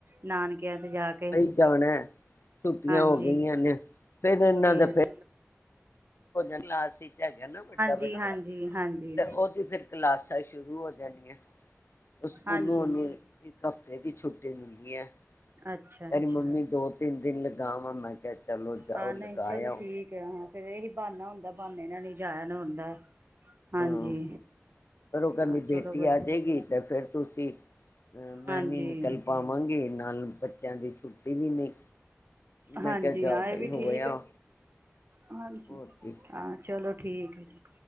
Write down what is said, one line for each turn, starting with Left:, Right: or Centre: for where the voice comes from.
Right: ਨਾਨਕੇ ਤੇ ਜਾ ਕੇ
Left: ਕਈ ਜਾਣਾ ਹੋ
Right: ਹਾਂਜੀ
Left: ਗਈਆਂ ਨੇ ਫੇਿਰ ਇਹਨਾਂ
Right: ਹੂੰ।
Left: ਦਾ ਫਿਰ ਜਾ ਕਲਾਸ ਵਿਚ ਹੈਗਾ ਨਾ ਵੱਡਾ
Right: ਦੀ
Left: ਬੱਚਾ
Right: ਹਾਂਜੀ ਹਾਂਜੀ ਹਾਂਜੀ
Left: ਤੇ ਉਹਦੀ ਫਿਰ ਕਲਾਸਾਂ ਸ਼ੁਰੂ ਹੋ ਜਾਣੀਆਂ ਸਕੂਲੋਂ
Right: ਹਾਂਜੀ
Left: ਨੂੰ ਇੱਕ ਹਫਤੇ ਦੀ ਛੁੱਟੀ ਮਿਲਣੀ ਹੈ
Right: ਅੱਛਾ ਅੱਛਾ
Left: ਤੇਰੀ ਮੰਮੀ ਦੋ ਤਿੰਨ ਦਿਨ ਲ ਗਾਵਾਂ ਮੈਂ ਕਿਹਾ ਚਲੋ ਜਾਓ
Right: ਹਾਂ
Left: ਲਗਾਆਓ
Right: ਨਹੀਂ ਚਲੋ ਠੀਕ ਹੈ ਹਾਂ ਫਿਰ ਇਹੀ ਬਾਨਾ ਹੁੰਦਾ ਬਾਨੇ ਨਾਲ ਜਾਇਨ ਹੁੰਦਾ ਹਾਂਜੀ
Left: ਹਾਂ ਫੇਰ ਉਹ ਕਹਿੰਦੀ
Right: ਹਾਂ ਚਲੋ
Left: ਬੇਟੀ
Right: ਵਧੀਆ
Left: ਆ ਜਾਏਗੀ ਤੇ ਫਿਰ ਤੁਸੀਂ ਅਹ ਮੈਂ
Right: ਹਾਂਜੀ
Left: ਨਹੀਂ ਨਿਕਲ ਪਾਵਾਂਗੀ ਨਾਲ ਬੱਚਿਆਂ ਦੀ ਛੁੱਟੀ ਵੀ ਨਹੀਂ ਮੈਂ
Right: ਹਾਂਜੀ
Left: ਕਿਹਾ ਜਾਓ
Right: ਆ ਇਹ
Left: ਭਾਈ
Right: ਵੀ
Left: ਹੋ
Right: ਠੀਕ
Left: ਆਓ
Right: ਹਾਂਜੀ
Left: ਹੋਰ ਕੀ
Right: ਹਾਂ ਚਲੋ ਠੀਕ ਹੈ ਜੀ।